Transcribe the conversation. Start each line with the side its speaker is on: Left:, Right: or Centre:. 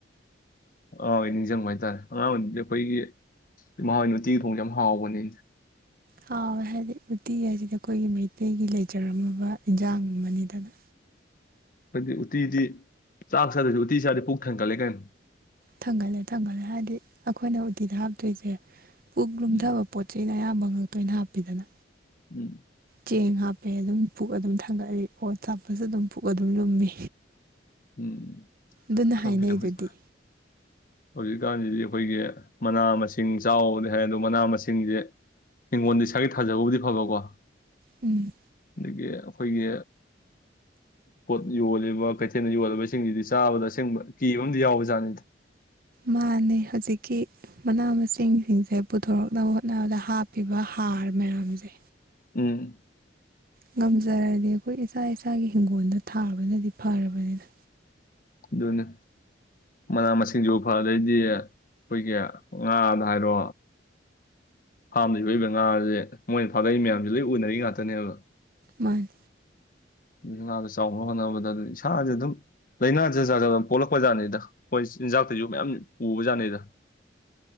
Left: ꯑꯥ ꯅꯤꯡꯁꯤꯡꯕ ꯍꯥꯏꯇꯥꯔꯦ ꯑꯉꯥꯡꯗꯤ ꯑꯩꯈꯣꯏꯒꯤ ꯏꯃꯥ ꯍꯣꯏꯅ ꯎꯇꯤ ꯊꯣꯡꯕꯁꯦ ꯌꯥꯝ ꯍꯥꯎꯕꯅꯦ
Right: ꯍꯥꯎꯋꯦ ꯍꯥꯏꯗꯤ ꯎꯇꯤ ꯍꯥꯏꯁꯤꯗꯤ ꯑꯩꯈꯣꯏꯒꯤ ꯃꯩꯇꯩꯒꯤ ꯂꯩꯖꯔꯝꯃꯕ ꯏꯟꯖꯥꯡ ꯑꯃꯅꯤꯗꯅ
Left: ꯑꯩꯈꯣꯏꯗꯤ ꯎꯇꯤꯗꯤ ꯆꯥꯛ ꯆꯥꯗ꯭ꯔꯁꯨ ꯎꯇꯤ ꯆꯥꯔꯗꯤ ꯄꯨꯛ ꯊꯦꯟꯒꯠꯂꯦ ꯀꯥꯏꯅ
Right: ꯊꯟꯒꯠꯂꯦ ꯊꯟꯒꯠꯂꯦ ꯍꯥꯏꯕꯗꯤ ꯑꯩꯈꯣꯏꯅ ꯎꯠꯇꯤꯗ ꯍꯥꯞꯇꯣꯏꯁꯦ ꯄꯨꯛ ꯂꯨꯝꯊꯕ
Left: ꯎꯝ
Right: ꯄꯣꯠ ꯆꯩꯅ ꯑꯌꯥꯝꯕ ꯇꯣꯏꯅ ꯍꯥꯞꯄꯤꯗꯅ
Left: ꯎꯝ
Right: ꯆꯦꯡ ꯍꯥꯞꯄꯦ ꯑꯗꯨꯝ ꯄꯨꯛ ꯑꯗꯨꯝ ꯊꯥꯡꯒꯠꯂꯤ ꯑꯣꯠ ꯍꯥꯞꯄꯁꯨ ꯑꯗꯨꯝ ꯄꯨꯛ ꯑꯗꯨꯝ ꯂꯨꯝꯃꯤ
Left: ꯎꯝ
Right: ꯑꯗꯨꯅ
Left: <unintelligible>
Right: ꯍꯥꯏꯅꯩꯗꯨꯗꯤ
Left: ꯍꯧꯖꯤꯛꯀꯥꯟꯁꯤꯗꯤ ꯑꯩꯈꯣꯏꯒꯤ ꯃꯅꯥ ꯃꯁꯤꯡ ꯆꯥꯎꯗꯤ ꯍꯥꯏ ꯑꯗꯣ ꯃꯅꯥ ꯃꯁꯤꯡꯁꯦ ꯍꯤꯡꯒꯣꯜꯗꯤ ꯏꯁꯥꯒꯤ ꯊꯥꯖꯕꯕꯨꯗꯤ ꯐꯕꯀꯣ
Right: ꯎꯝ
Left: ꯑꯗꯒꯤ ꯑꯩꯈꯣꯏꯒꯤ ꯄꯣꯠ ꯌꯣꯜꯂꯤꯕ ꯀꯩꯊꯦꯜꯗ ꯌꯣꯜꯂꯤꯕꯁꯤꯡꯁꯤꯗꯤ ꯆꯥꯕꯗ ꯑꯁꯦꯡꯕ ꯀꯤꯕ ꯑꯃꯗꯤ ꯌꯥꯎꯕꯖꯥꯠꯅꯤꯗ
Right: ꯃꯥꯅꯦ ꯍꯧꯖꯤꯛꯀꯤ ꯃꯅꯥ ꯃꯁꯤꯡꯁꯤꯡꯁꯦ ꯄꯨꯊꯣꯔꯛꯅꯕ ꯍꯣꯠꯅꯕꯗ ꯍꯥꯞꯄꯤꯕ ꯍꯥꯔ ꯃꯌꯥꯝꯖꯦ
Left: ꯎꯝ
Right: ꯉꯝꯖꯔꯗꯤ ꯑꯩꯈꯣꯏ ꯏꯁꯥ ꯏꯁꯥꯒꯤ ꯍꯤꯡꯒꯣꯜꯗ ꯊꯥꯕꯅꯗꯤ ꯐꯔꯕꯅꯤꯗ꯫
Left: ꯑꯗꯨꯅꯤ ꯃꯅꯥ ꯃꯁꯤꯡꯁꯨ ꯐꯗꯩꯗꯤ ꯑꯩꯈꯣꯏꯒꯤ ꯉꯥꯗ ꯍꯥꯏꯔꯣ ꯐꯥꯝꯗꯩ ꯂꯩꯕ ꯉꯥꯥꯖꯦ ꯃꯣꯏꯅ ꯐꯥꯔꯛꯏ ꯃꯌꯥꯝꯖꯦ ꯂꯣꯏ ꯎꯅꯔꯤ ꯉꯥꯛꯇꯅꯦꯕ꯫
Right: ꯃꯥꯅꯤ꯫
Left: ꯉꯥꯗꯨ ꯆꯥꯎꯅꯕ ꯍꯣꯠꯅꯕꯗ ꯏꯁꯥꯖꯤ ꯑꯗꯨꯝ ꯂꯩꯅꯖꯦ ꯖꯥꯠ ꯖꯥꯠ ꯄꯣꯛꯂꯛꯄ ꯖꯥꯅꯤꯗ꯫ ꯍꯣꯏ ꯆꯤꯟꯖꯥꯛꯇꯩꯁꯨ ꯃꯌꯥꯝ ꯎꯕꯖꯥꯠꯅꯦꯗ